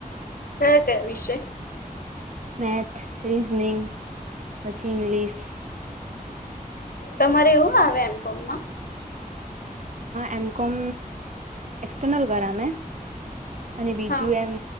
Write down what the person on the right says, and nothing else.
મેથ રીઝનિંગ પછી ઇંગ્લિશ
એમ કોમ એક્સટર્નલ કરા મે અને બીજું
એમ